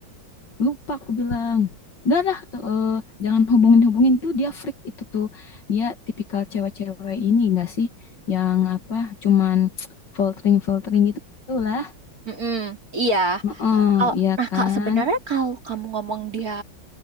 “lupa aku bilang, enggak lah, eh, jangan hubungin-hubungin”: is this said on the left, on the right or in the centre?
Left